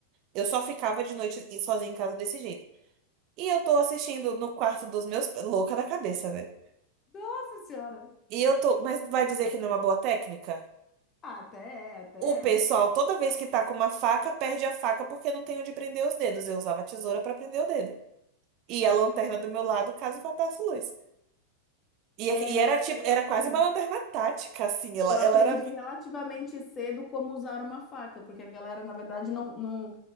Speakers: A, on the right; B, on the left.
A: Eu só ficava de noite sozinha em casa desse jeito. E eu tô assistindo no quarto dos meus. Louca da cabeça, velho.
B: Nossa senhora.
A: E eu tô. Mas vai dizer que não é uma boa técnica?
B: Ah, Até é, até
A: O pessoal, toda vez que tá com uma faca, perde a faca porque não tem onde prender os dedos. Eu usava a tesoura pra prender o dedo. E a lanterna do meu lado, caso faltasse luz. E,
B: é.
A: é que-
B: É,
A: e
B: não,
A: era tipo,
B: eu
A: era
B: aprendi,
A: quase uma lanterna tática, assim. Ela,
B: eu
A: ela
B: aprendi
A: era.
B: relativamente cedo como usar uma faca, porque a galera, na verdade, não, não,